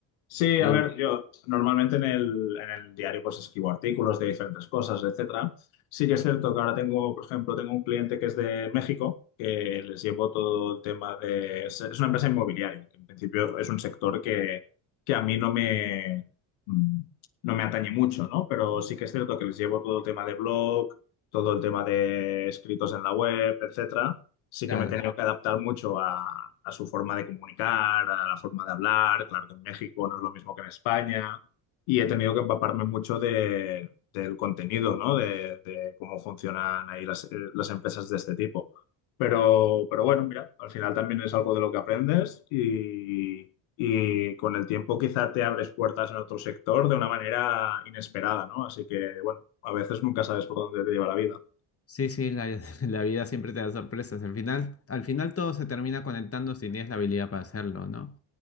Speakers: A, on the left (about 75°); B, on the left (about 30°).
A: Sí,
B: Y
A: a ver, yo normalmente en el, en el diario pues escribo artículos de diferentes cosas, etcétera. Sí que es cierto que ahora tengo, por ejemplo, tengo un cliente que es de México, que les llevo todo el tema de... Es es una empresa inmobiliaria, que en principio es un sector que, que a mí no me, mm, no me atañe mucho, ¿no? Pero sí que es cierto que les llevo todo el tema de blog, todo el tema de escritos en la web, etcétera sí
B: claro,
A: que me he tenido que adaptar mucho a, a su forma de comunicar, a la forma de hablar. Claro que en México no es lo mismo que en España. Y he tenido que empaparme mucho de, del contenido, ¿no? De, de cómo funcionan ahí las, eh, las empresas de este tipo. Pero, pero bueno, mira, al final también es algo de lo que aprendes y, y con el tiempo quizá te abres puertas en otro sector de una manera inesperada, ¿no? Así que, bueno, a veces nunca sabes por dónde te lleva la vida.
B: sí, sí, la, <laughs> la vida siempre te da sorpresas. Al final, al final todo se termina conectando si tienes la habilidad para hacerlo, ¿no?